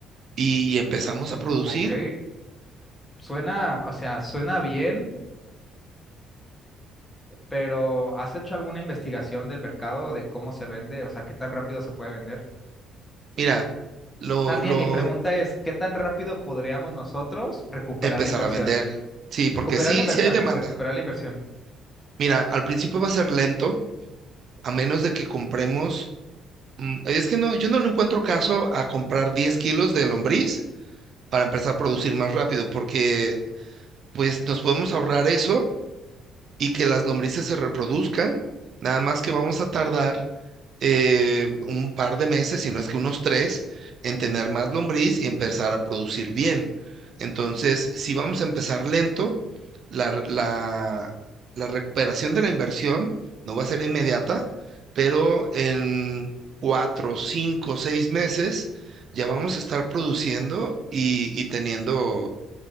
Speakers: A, on the right; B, on the left.
A: y
B: mm,
A: empezamos a producir.
B: mm, ok. Suena, o sea, suena bien, pero ¿has hecho alguna investigación del mercado de cómo se vende? O sea, ¿qué tan rápido se puede vender?
A: Mira, lo,
B: Más bien,
A: lo
B: mi pregunta es, ¿qué tan rápido podríamos nosotros recuperar
A: empezar
B: la inversión?
A: a vender. Sí, porque
B: Recuperar
A: sí,
B: la inversión,
A: sí hay demanda.
B: recuperar la inversión.
A: Mira, al principio va a ser lento, a menos de que compremos. mm, Es que no, yo no le encuentro caso a comprar 10 kilos de lombriz para empezar a producir más rápido, porque pues nos podemos ahorrar eso y que las lombrices se reproduzcan, nada más que vamos a tardar eh, un par de meses, si no es que unos tres, en tener más lombriz y empezar a producir bien. Entonces, si vamos a empezar lento, la, re- la- la recuperación de la inversión no va a ser inmediata, pero en cuatro, cinco, seis meses ya vamos a estar produciendo y, y teniendo